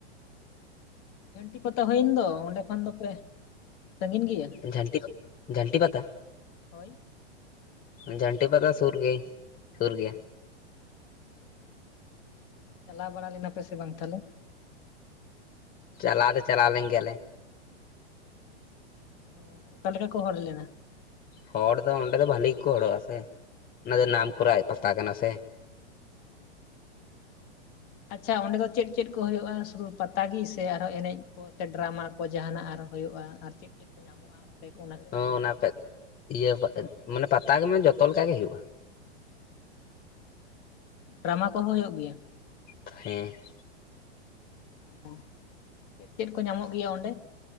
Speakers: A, on the left; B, on the left.
A: ᱡᱷᱟᱹᱱᱴᱤ ᱯᱟᱛᱟ ᱦᱩᱭᱮᱱ ᱫᱚ ᱚᱸᱰᱮ ᱠᱷᱚᱱ ᱫᱚᱯᱮ ᱥᱟᱺᱜᱤᱧ ᱜᱮᱭᱟ
B: ᱡᱷᱟᱱᱴᱤ ᱡᱷᱟᱱᱴᱤ ᱯᱟᱛᱟ?
A: ᱦᱳᱭ
B: ᱡᱷᱟᱱᱴᱤ ᱯᱟᱛᱟ ᱥᱩᱨ ᱜᱮ, ᱥᱩᱨ ᱜᱮ ᱾
A: ᱪᱟᱞᱟᱣ ᱵᱟᱲᱟ ᱞᱮᱱᱟ ᱯᱮᱥᱮ ᱵᱟᱝ ᱛᱟᱦᱚᱞᱮ?
B: ᱪᱟᱞᱟᱣ ᱫᱚ ᱪᱟᱞᱟᱣ ᱞᱮᱱ ᱜᱮᱭᱟᱞᱮ ᱾
A: ᱚ ᱚᱠᱟ ᱞᱮᱠᱟ ᱠᱚ ᱦᱚᱲ ᱞᱮᱱᱟ?
B: ᱦᱚᱲ ᱫᱚ ᱚᱸᱰᱮ ᱫᱚ ᱵᱷᱟᱹᱞᱤ ᱜᱮᱠᱚ ᱦᱚᱲᱚᱜᱼᱟ ᱥᱮ ᱾ ᱚᱱᱟ ᱫᱚ ᱱᱟᱢ ᱠᱚᱨᱟ ᱯᱟᱛᱟ ᱠᱟᱱᱟ ᱥᱮ ᱾
A: ᱟᱪᱪᱷᱟ ᱚᱸᱰᱮ ᱫᱚ ᱪᱮᱫ ᱪᱮᱫ ᱠᱚ ᱦᱩᱭᱩᱜᱼᱟ? ᱥᱩᱫᱩ ᱯᱟᱛᱟ ᱜᱮ ᱥᱮ ᱟᱨᱦᱚᱸ ᱮᱱᱮᱡ ᱠᱚ? ᱵᱚᱞᱛᱮ ᱰᱨᱟᱢᱟ ᱠᱚ ᱡᱟᱦᱟᱱᱟᱜ ᱟᱨ ᱦᱩᱭᱩᱜᱼᱟ? ᱟᱨ ᱪᱮᱫ ᱪᱮᱫ ᱠᱚ ᱧᱟᱢᱚᱜᱼᱟ? ᱚᱸᱰᱮ ᱚᱱᱟ ᱠᱚ ᱠᱟᱹᱴᱤᱡ
B: ᱦᱚᱸ
A: ᱮᱢ
B: ᱚᱱᱟ
A: ᱞᱟᱹᱭ ᱞᱮᱠᱷᱟᱱ
B: ᱤᱭᱟᱹ <unintelligible> ᱢᱟᱱᱮ ᱯᱟᱛᱟ ᱜᱮ ᱢᱟᱱᱮ ᱡᱚᱛᱚ ᱞᱮᱠᱟ ᱜᱮ ᱦᱩᱭᱩᱜᱼᱟ ᱾
A: ᱰᱨᱟᱢᱟ ᱠᱚ ᱦᱩᱭᱩᱜ ᱜᱮᱭᱟ ᱾
B: ᱦᱮᱸ ᱾
A: ᱚ ᱪᱮᱫ ᱪᱮᱫ ᱠᱚ ᱧᱟᱢᱚᱜ ᱜᱮᱭᱟ ᱚᱸᱰᱮ?